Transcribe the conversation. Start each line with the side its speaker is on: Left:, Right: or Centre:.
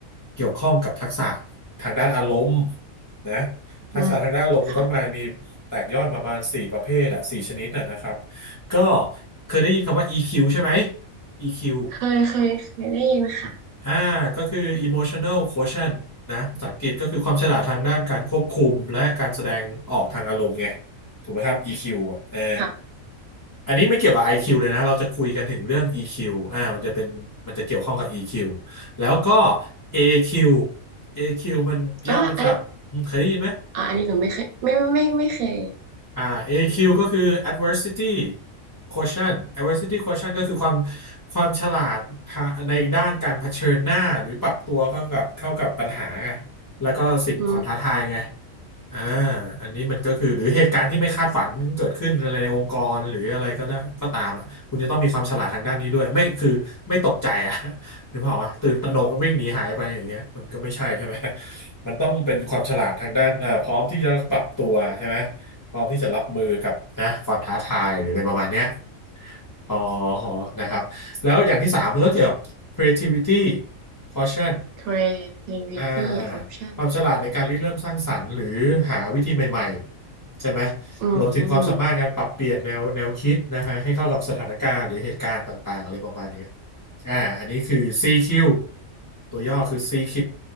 Left: เกี่ยวข้องกับทักษะทางด้านอารมณ์นะทักษะทางด้านอารมณ์ก็มามีแตกย่อยประมาณสี่ประเภทอะสี่ชนิดอะนะครับ
Right: อืมค่ะ
Left: ก็เคยได้ยินคำว่า EQ ใช่ไหม EQ
Right: เคยเคยเคยได้ยินค่ะ
Left: อ่าก็คือ emotional quotient นะภาษาอังกฤษก็คือความฉลาดทางด้านการควบคุมและการแสดงออกทางอารมณ์ไงถูกไหมครับ EQ อ่ะเออ
Right: ค่ะ
Left: อันนี้ไม่เกี่ยวกับ IQ
Right: อืม
Left: เลยนะเราจะคุยกันถึงเรื่อง EQ อ่ามันจะเป็นมันจะเกี่ยวข้องกับ EQ แล้วก็ AQ AQ มันย่อมาจากอืมเคยได้ยินไหม
Right: อ่ะอันนี้อ่ะอันนี้หนูไม่เคยไม่ไม่ไม่ไม่เคย
Left: อ่า AQ ก็คือ adversity quotient adversity quotient ก็คือความความฉลาดทาในด้านการเผชิญหน้าหรือปรับตัวเข้ากับเข้ากับปัญหาไงแล้วก็สิ่งความท้าทายไง
Right: อืม
Left: อ่าอันนี้มันก็คือหรือเหตุการณ์ที่ไม่คาดฝันเกิดขึ้นอะไรในองค์กรหรืออะไรก็ได้ก็ตามอ่ะคุณจะต้องมีความฉลาดทางด้านนี้ด้วยไม่คือไม่ตกใจอ่ะ <laughs> หรือเปล่าวะตื่นตระหนกวิ่งหนีหายไปอย่างเงี้ยมันก็ไม่ใช่ใช่ไหมมันต้องเป็นความฉลาดทางด้านเอ่อพร้อมที่จะปรับตัวใช่ไหม พร้อมที่จะรับมือกับนะความท้าทายหรืออะไรประมาณเนี้ยอขอนะครับแล้วอย่างที่สามมันก็เกี่ยวกับ creativity caution
Right: creativity
Left: อ่า
Right: option
Left: ความฉลาดในการริเริ่มสร้างสรรค์หรือหาวิธีใหม่ๆใช่ไหม
Right: อืม
Left: รวมถึงความสามารถการปรับเปลี่ยนแนวแนวคิดนะฮะให้เข้ากับสถานการณ์หรือเหตุการณ์ต่างๆอะไรประมาณเนี้ยอ่าอันนี้คือ CQ ตัวย่อคือ CQ